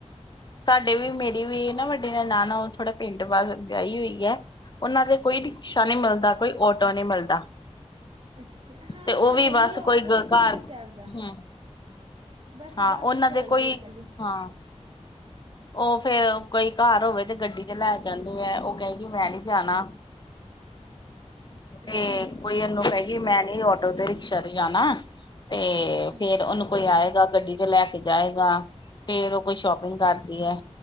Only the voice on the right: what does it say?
ਅੱਛਾ
ਅੱਛਾ ਹਾਂ
ਸਾਡੇ
ਆਟੋ
ਰਿਕਸ਼ਾ ਨੀ
ਚੱਲਦਾ ਬਸ
ਬੱਸ
ਚੱਲਦੀ
ਹੈ ਇਕੱਲੀ।
ਅੱਛਾ,
ਅੱਛਾ।